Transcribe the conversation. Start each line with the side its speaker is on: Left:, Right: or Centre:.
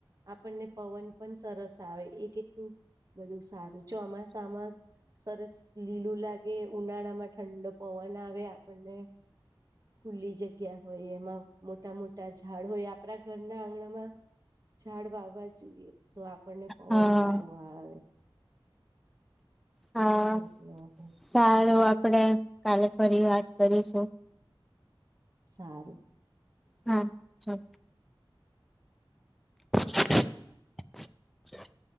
Right: આપણને પવન પણ સરસ આવે એ કેટલું બધું સારું ચોમાસામાં સરસ લીલું લાગે ઉનાળા માં ઠંડો પવન આવે આપણને. ખુલ્લી જગ્યા હોય એમાં મોટા મોટા ઝા ડ હોય આપણા ઘરના આંગણામાં ઝાડ વાવવા જોઈએ તો આ પણને પવન
Centre: હા
Right: સારું આવે.
Centre: હા
Right: <unintelligible>
Centre: સારું આપડે કાલે ફરી વાત કરીશું.
Right: સારું.
Centre: હમ ચલ <inaudible>